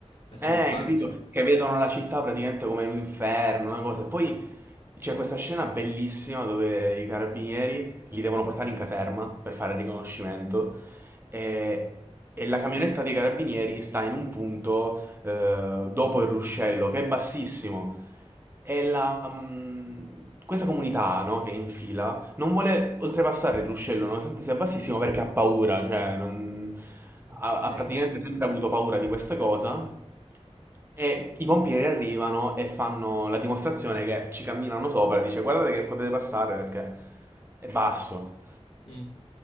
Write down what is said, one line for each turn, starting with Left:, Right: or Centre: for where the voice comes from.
Left: queste
Right: Eh,
Left: campagne.
Right: capito? Che vedono la città praticamente come un inferno, una cosa. E poi c'è questa scena bellissima dove i carabinieri li devono portare in caserma per fare il riconoscimento e, e la camionetta dei carabinieri sta in un punto eh, dopo il ruscello, che è bassissimo. E la, mm, questa comunità, no, che è in fila non vuole oltrepassare il ruscello nonostante sia bassissimo perché ha paura, cioè non-
Left: Ok.
Right: ha, ha praticamente sempre avuto paura di questa cosa. E i pompieri arrivano e fanno la dimostrazione che ci camminano sopra e dice guardate che potete passare perché è basso.
Left: Mm.